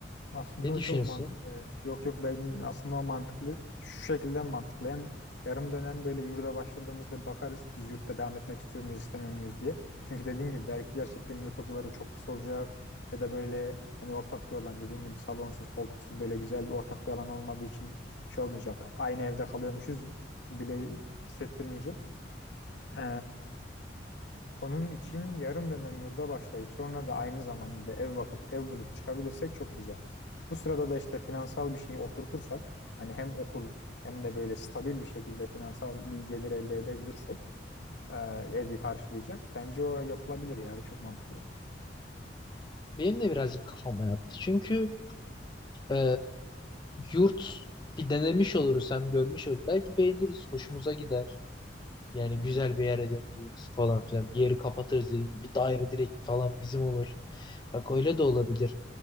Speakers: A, on the left; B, on the left.
A: Aslında
B: ne düşünürsün?
A: çok mantıklı. Yok yok ben aslında o mantıklı. Şu şekilde mantıklı. Hem yarım dönem böyle yurda başladığımızda bakarız. Biz yurtta devam etmek istiyor muyuz, istemiyor muyuz diye. Çünkü dediğin gibi belki gerçekten yurt odaları çok pis olacak. Ya da böyle hani ortak bir alan dediğin gibi salonsuz, koltuksuz böyle güzel bir ortak bir alan olmadığı için şey olmayacak. Aynı evde kalıyormuşuz bile hissettirmeyecek. Ee, Onun için yarım dönem yurda başlayıp sonra da aynı zamanda da ev bakıp ev bulup çıkabilirsek çok güzel. Bu sırada da işte finansal bir şeyi oturtursak hani hem okul hem de böyle stabil bir şekilde finansal bir gelir elde edebilirsek e, evi karşılayacak. Bence o yapılabilir ya çok mantıklı.
B: Benim de birazcık kafama yattı. Çünkü e, yurt bir denemiş oluruz hem görmüş oluruz. Belki beğeniriz, hoşumuza gider. Yani
A: <laughs>
B: güzel bir yere denk geliriz falan filan. Bir yeri kapatırız dediğim gibi. Bir daire direkt falan bizim olur. Bak öyle de olabilir.